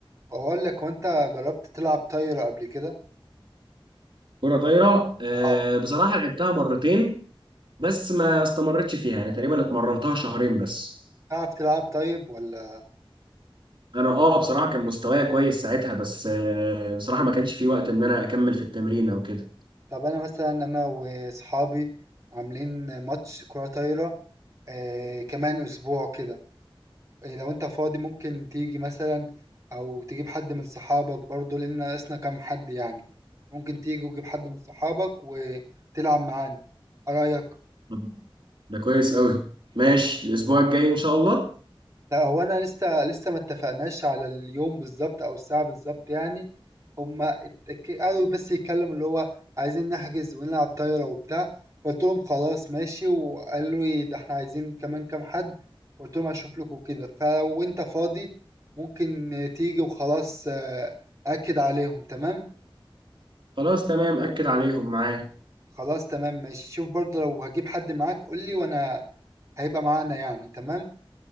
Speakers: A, on the right; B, on the right.
A: وأقول لك وأنت جربت تلعب طايرة قبل كده؟
B: كرة طايرة آه،
A: أه
B: بصراحة لعبتها مرتين بس ما استمرتش فيها يعني تقريبا اتمرنتها شهرين بس
A: تعرف تلعب طيب ولا
B: انا اه بصراحة كان مستوايا كويس ساعتها بس آه، بصراحة ما كانش في وقت ان انا اكمل في التمرين او كده
A: طب أنا مثلا أنا وأصحابي عاملين ماتش كرة طايرة آه كمان أسبوع كده إيه لو أنت فاضي ممكن تيجي مثلا أو تجيب حد من صحابك برضو لأن ناقصنا كام حد يعني ممكن تيجي وتجيب حد من صحابك وتلعب معانا إيه رأيك؟
B: طيب ده كويس قوي ماشي الاسبوع الجاي ان شاء الله
A: لأ هو أنا لسه لسه ما اتفقناش على اليوم بالضبط أو الساعة بالضبط يعني، هم اتك قعدوا بس يتكلموا اللي هو عايزين نحجز ونلعب طايرة وبتاع، فقُلت لهم خلاص ماشي، وقالوا لي ده إحنا عايزين كمان كام حد، فقُلت لهم هاشوف لكم وكده، فلو أنت فاضي ممكن تيجي وخلاص أأكد عليهم تمام؟
B: خلاص تمام اكد عليهم معاك
A: خلاص تمام ماشي، شوف برضه لو هتجيب حد معاك قُل لي وأنا هيبقى معانا يعني تمام؟